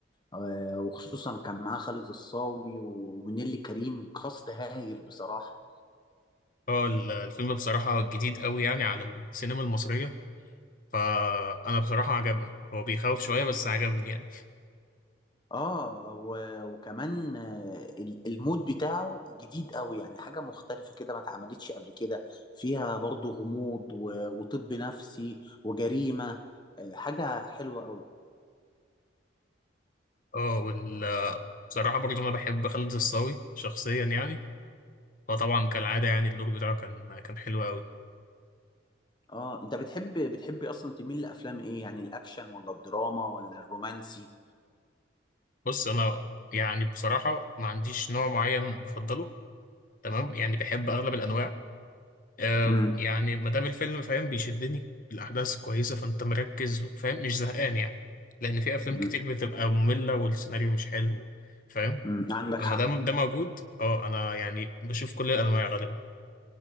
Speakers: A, on the left; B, on the left.
A: آه، وخصوصا كان معاه خالد الصاوي ونيلي كريم كاست هايل بصراحه
B: اه ال- الفيلم بصراحة جديد قوي يعني على السينما المصرية فانا بصراحة عجبني هو بيخوف شوية بس عجبني يعني
A: اه و- وكمان آه، ال- المود بتاعه جديد قوي يعني حاجه مختلفه كده ما اتعملتش قبل كده فيها برضو غموض و- وطب نفسي وجريمه آه، حاجه حلوه قوي
B: اه وال- بصراحة برضه انا بحب خالد الصاوي شخصيا يعني فطبعا كالعادة يعني الدور بتاعه كان كان حلو قوي
A: اه انت بتحب بتحب اصلا تميل لافلام ايه يعني الاكشن ولا الدراما ولا الرومانسي
B: بص انا يعني بصراحة ما عنديش نوع معين بفضله تمام يعني بحب اغلب الانواع آه
A: امم
B: يعني ما دام الفيلم فاهم بيشدني الاحداث كويسه فانت مركز وفاهم مش زهقان يعني لان في افلام كتير
A: أمم،
B: بتبقى ممله والسيناريو مش حلو فاهم
A: أمم، عندك
B: لما
A: حق
B: دام ده موجود اه انا يعني بشوف كل الانواع غالبا